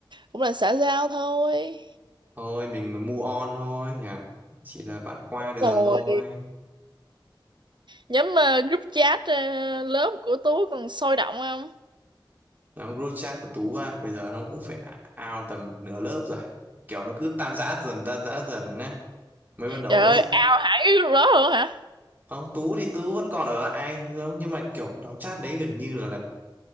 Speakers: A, on the right; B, on the right.
A: cũng là xã giao thôi
B: Thôi mình move on thôi nhỉ Chỉ là bạn qua đường
A: rồi
B: thôi
A: nhóm ờ, group chat ờ, lớp của Tú còn sôi động không
B: Nó group chat của Tú á Bây giờ nó cũng phải out tầm nửa lớp rồi Kiểu nó cứ tan rã dần tan rã dần á mới ban đầu
A: trời ơi ao hẳn cái group đó luôn hả
B: không Tú thì Tú vẫn còn ở lại nhưng nhưng mà kiểu nhóm chat đấy gần như là, là